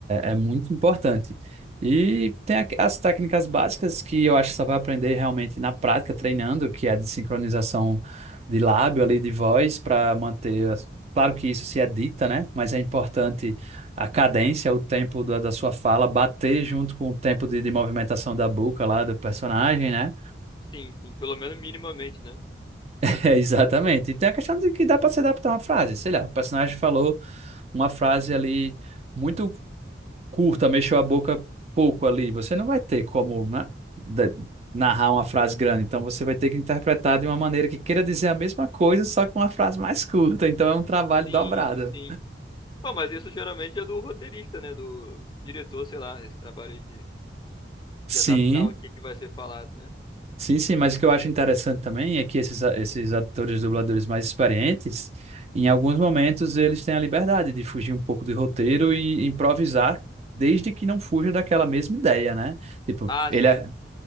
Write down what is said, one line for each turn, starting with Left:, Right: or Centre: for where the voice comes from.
Right: é, é muito importante. E tem aqu- as técnicas básicas que eu acho que só vai aprender realmente na prática, treinando, que é de sincronização de lábio ali, de voz, para manter. as- Claro que isso se edita, né? Mas é importante a cadência, o tempo da, da sua fala bater junto com o tempo de, de movimentação da boca lá do personagem, né?
Left: Sim, sim, pelo menos minimamente, né?
Right: <laughs> É, exatamente. E tem a questão de que dá para se adaptar a uma frase. Sei lá, o personagem falou uma frase ali. Muito curta, mexeu a boca pouco ali, você não vai ter como, né, da- narrar uma frase grande. Então você vai ter que interpretar de uma maneira que queira dizer a mesma coisa, só com uma frase mais curta. Então é um trabalho
Left: Sim,
Right: dobrado.
Left: sim. Pô, mas isso geralmente é do roteirista, né? Do diretor, sei lá, esse trabalho aí de,
Right: Sim,
Left: de adaptar o que que vai ser falado, né?
Right: sim, sim. Mas o que eu acho interessante também é que esses, a- esses atores dubladores mais experientes, em alguns momentos, eles têm a liberdade de fugir um pouco do roteiro e improvisar. Desde que não fuja daquela mesma ideia, né? Tipo,
Left: Ah,
Right: ele,
Left: sim.
Right: a-